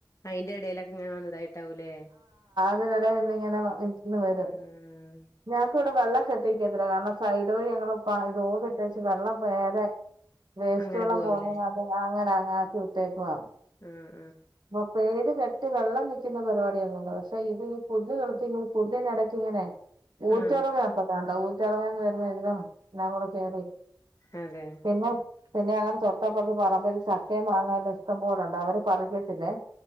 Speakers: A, on the left (about 45°); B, on the right (about 75°).
A: അയ്ന്റ് ഇടയിലൊക്കെ ഇങ്ങനെ വന്നതായിട്ടാവൂല്ലേ
B: അതിന്ടെ ഇന്ന് ഇങ്ങനെ ഇന്ന് വരും
A: ആഹ്
B: ഞങ്ങക്ക് ഇവിടെ വെള്ളം കെട്ടി ക്കത്തില്ല കാരണ ഇതുവഴി ഞങ്ങ പ ഇത് <unintelligible> വെള്ളം മേലെ വേസ്റ്റ്
A: അങ്ങനെ
B: വെള്ളം
A: പോവാവൂലേ
B: പോന്ന അത് അങ്ങനങ്ങ് ത്തൂത്തെക്കുവാ.
A: ഉം
B: മൊ പ്പേത് കെ ട്ടി വെള്ളം നിൽക്കുന്ന പരിപാടിയന്നണ്ട് പക്ഷെ ഇത് ഈ പുല്ല് കിള്ത്തിക്കുമ്പോ പുല്ലിനിടക്കിങ്ങനെ <unintelligible>
A: ആഹ്
B: തെളവന്ന് വരുന്ന ഇതിനോ എല്ലാകൂട കേറി
A: അതെ.
B: പിന്നെ പിന്നെ ഞങ്ങട തൊട്ടപ്പുറത്ത് പറമ്പില് ചക്കേം മാങ്ങ എല്ലാം ഇഷ്ടം പോലെണ്ട് അവര് പറിക്ക് ത്തില്ലേ.